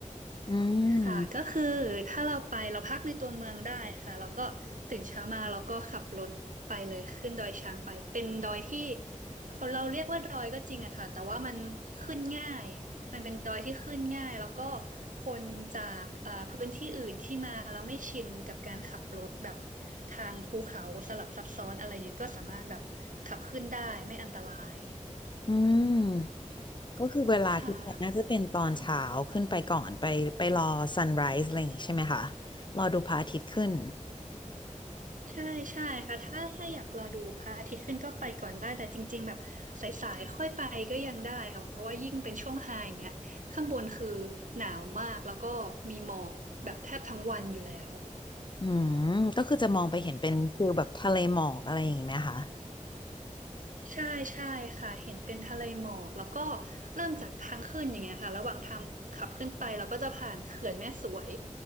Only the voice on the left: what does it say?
อืม
อืมก็คือเวลาที่ไปน่าจะเป็นตอนเช้าขึ้นไปก่อนไปไปรอซันไรส์อะไรอย่างงี้ใช่ไหมคะ
รอดูพระอาทิตย์ขึ้น
อืมก็คือจะมองไปเห็นเป็นฟิลแบบทะเลหมอกอะไรอย่างงี้ไหมคะ